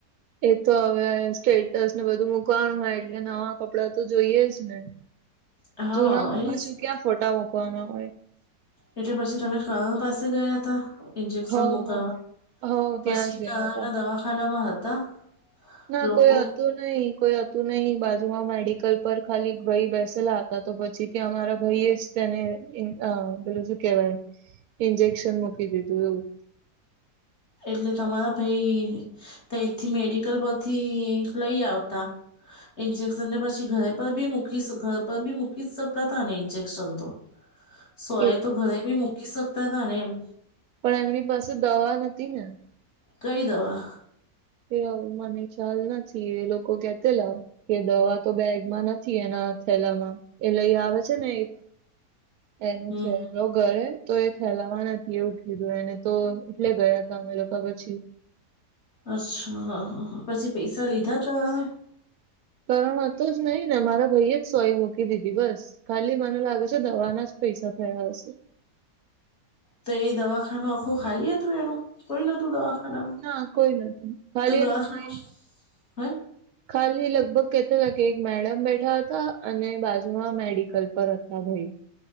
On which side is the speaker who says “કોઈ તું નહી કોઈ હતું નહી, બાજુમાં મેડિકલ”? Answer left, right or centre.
Right